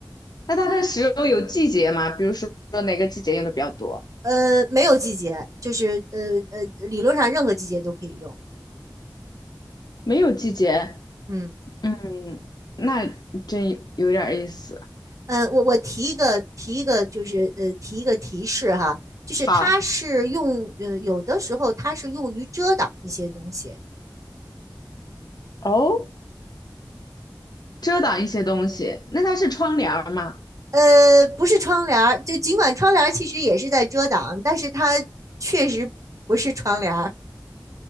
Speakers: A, on the left; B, on the right.
A: 那它的石榴有季节吗？比如说哪个季节用的比较多？
B: 呃，没有季节，就是呃呃，理论上任何季节都可以用。
A: 没有季节，
B: 嗯。
A: 嗯，那真有点儿意思。
B: 嗯，我我提一个提一个，就是呃，提一个提示哈，就是它是用呃，
A: 好，
B: 有的时候它是用于遮挡一些东西，
A: 哦，遮挡一些东西，那它是窗帘儿吗？
B: 呃，不是窗帘儿，就尽管窗帘儿其实也是在遮挡，但是它确实不是窗帘儿。